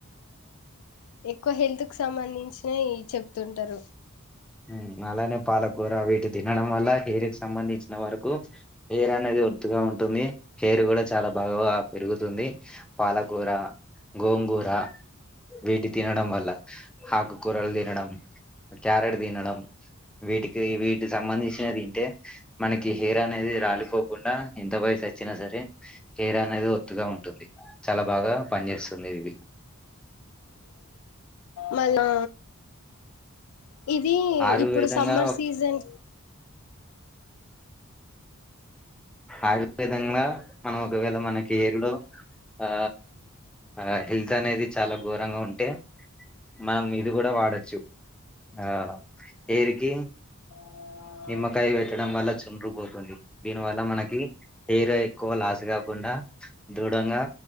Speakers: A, on the left; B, in the centre.
A: ఎక్కువ హెల్త్ కు సంబంధించిన చెప్తుంటారు
B: ఉమ్, అలానే పాలకూర వీటి తినడం వల్ల హెయిర్ కు సంబంధించిన వరకు హెయిర్ అనేది ఒత్తుగా ఉం ఉంటుంది హెర్ కూడా చాలా బాగా పెరుగు తుంది పాలకూర గోంగూర వీటి తినడం వల హాకు కూరలు తినడం క్యారెట్ నడం వీటికి వీటి సంబంధించి ఇన తింటే మనకి హెయిర్ అనేది రాలిపోకుండా ఎంత వయసు వచ్చినా సరే హెయిర్ అనే ఏదో ఒత్తుగా ఉంటుంది చాలా బాగా పనిచేస్తుంది ఇది
A: మళ్లా ఇది
B: ఆయుర్వేదంగా
A: ఇప్పుడు సమ్మర్ సీజన్
B: ఆగ్వెదంగా మనము ఒకవేళ మనకి ఎలో ఆ ఆ హెల్త్ అనేది చాలా ఘోరంగా ఉంటే మనం ఇది కూడా వాడొచ్చు ఆ ఏరికి
A: ఆ
B: నిమ్మకాయ పెట్టడం వల్ల చుండ్రపోతుంది దీనివల్ల మనకి హెయిర్ ఎక్కువ లాస్ కాకుండా దృఢంగా